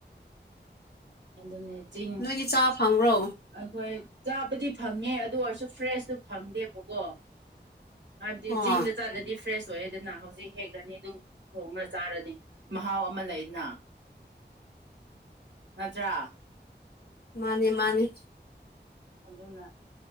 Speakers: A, on the right (about 80°); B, on the left (about 60°).
A: ꯅ ꯆ <unintelligible>
B: ꯅꯣꯏꯗꯤ ꯆꯥ ꯐꯪꯕ꯭ꯔꯣ
A: ꯑꯩꯈꯣꯏ ꯆꯥꯕꯗꯤ ꯐꯪꯉꯦ ꯑꯗꯨ ꯑꯣꯏꯔꯁꯨ ꯐ꯭ꯔꯦꯁꯇꯨ ꯐꯪꯗꯦꯕꯀꯣ ꯍꯖꯤ
B: ꯑꯣ
A: ꯆꯤꯡꯗ ꯆ ꯗꯤ ꯐ꯭ꯔꯦꯁ ꯑꯣꯏꯌꯦꯦꯗꯅ ꯍꯧꯖꯤꯛ ꯍꯦꯛꯂꯅꯤ ꯑꯗꯨꯝ ꯊꯣꯡꯉ ꯆꯥꯔꯅꯤ ꯃꯍꯥꯎ ꯑꯃ ꯂꯩꯅ
B: <inaudible>
A: ꯅꯠꯇ꯭ꯔ
B: ꯃꯥꯅꯦ ꯃꯥꯅꯤ
A: ꯑꯗꯨꯅ